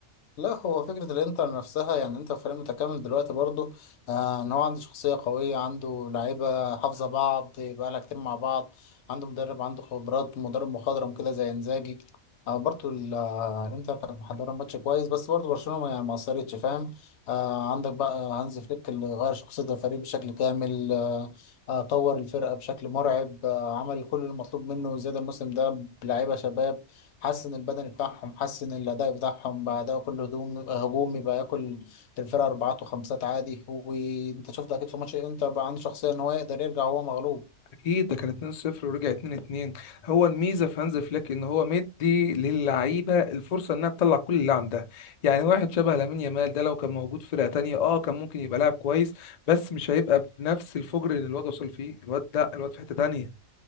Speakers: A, on the left (about 60°); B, on the left (about 85°).
A: لا هو فكرة الانتر نفسها يعني انت فريق متكامل دلوقتي برضه آه ان هو عنده شخصية قوية عنده لعيبة حافظة بعض بقالها كتير مع بعض عنده مدرب عنده خبرات مدرب مخضرم كده زي انزاجي آه برضه ال- آه، الانتر كانت محضرة ماتش كويس بس برضه برشلونة ما- يعني ما قصرتش فاهم آه عندك بقى آه، هانز فليك اللي غير شخصية الفريق بشكل كامل آه آه طور الفرقة بشكل مرعب آه عمل كل المطلوب منه زيادة الموسم ده بلعيبة شباب حسن البدني بتاعهم حسن الأداء بتاعهم بقى ده كله هجوم هجوم يبقى ياكل الفرقة أربعات وخمسات عادي وأنت شفت أكيد في ماتش الإنتر بقى عنده شخصية إن هو يقدر يرجع وهو مغلوب
B: اكيد ده كان 2-0 ورجع 2-2 هو الميزه في هانز فليك ان هو مدي للعيبه الفرصه انها تطلع كل اللي عندها يعني واحد شبه لامين يامال ده لو كان موجود في فرقه تانية اه كان ممكن يبقى لاعب كويس بس مش هيبقى بنفس الفجر اللي الواد وصل فيه الواد ده الواد في حته تانية